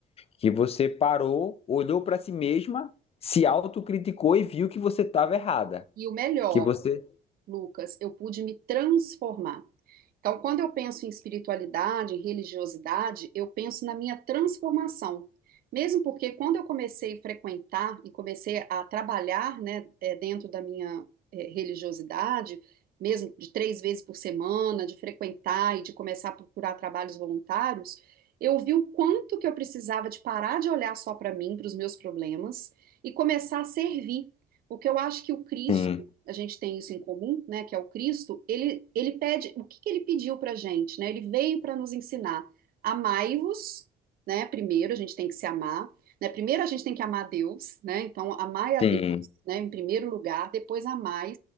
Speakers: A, on the left; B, on the right.
A: que você parou, olhou para si mesma, se autocriticou e viu que você estava errada.
B: E o melhor,
A: Que você.
B: Lucas, eu pude me transformar. Então, quando eu penso em espiritualidade, em religiosidade, eu penso na minha transformação. Mesmo porque quando eu comecei a frequentar e comecei a trabalhar, né, eh, dentro da minha, eh, religiosidade, mesmo de três vezes por semana, de frequentar e de começar a procurar trabalhos voluntários, eu vi o quanto que eu precisava de parar de olhar só para mim, para os meus problemas, e começar a servir. Porque eu acho que o Cristo
A: Sim,
B: a gente tem isso em comum, né, que é o Cristo, ele, ele pede, o que que ele pediu para a gente, né? Ele veio para nos ensinar, amai-vos, né? Primeiro a gente tem que se amar, né? Primeiro a gente tem que amar Deus, né? Então, amai a
A: sim,
B: Deus, né, em primeiro lugar, depois amai,